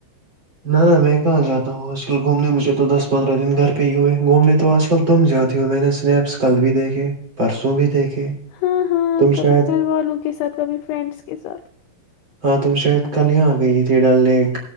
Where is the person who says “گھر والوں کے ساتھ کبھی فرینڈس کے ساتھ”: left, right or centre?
Left